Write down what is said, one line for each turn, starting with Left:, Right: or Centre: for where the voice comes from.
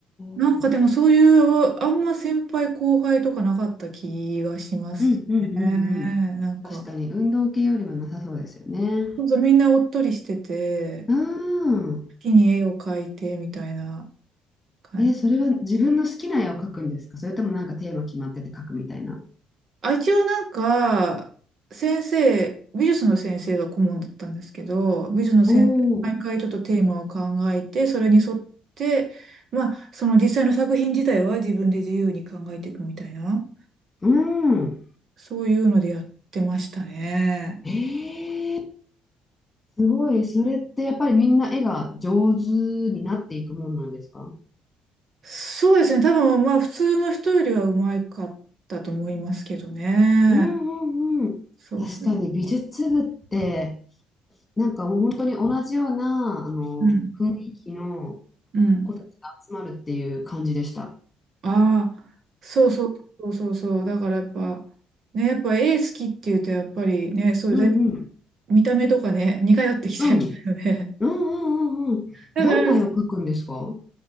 Right: なんかでもそういう、
Left: ー、
Right: あんま先輩後輩とかなかった気がしますね。
Left: うんうんうんうん。
Right: なんか、
Left: 確かに運動系よりはなさそうですよね。
Right: そうそうみんなおっとりしてて、
Left: うん。
Right: 好きに絵を描いてみたいな感じ。
Left: えーそれは自分の好きな絵を描くんですかそれともなんかテーマ決まってて描くみたいな。
Right: あ、一応なんか、先生、美術の先生が顧問だったんですけど、美術の先生、
Left: おお、
Right: 毎回ちょっとテーマを考えて、それに沿って、まあ、その実際の作品自体は自分で自由に考えていくみたいな、
Left: うん。
Right: そういうのでやってましたね。
Left: えー、すごい。それってやっぱりみんな絵が上手になっていくもんなんですか
Right: そうですね、多分まあ、普通の人よりはうまかったと思いますけどね。
Left: うんうんうん。
Right: そうそう。
Left: 確かに美術部ってなんかもう本当に同じようなあの雰囲気の
Right: うん。うん。
Left: 子たちが集まるっていう感じでした。
Right: ああ、そうそうそうそうそう。だからやっぱ、ね、やっぱ絵好きっていうと、やっぱりね、そういうだい
Left: うんうん。
Right: 見た目とかね、似通ってきちゃいますよね。
Left: うん。うんうんうんうん。
Right: <laughs> だから、
Left: どんな絵を描くんですか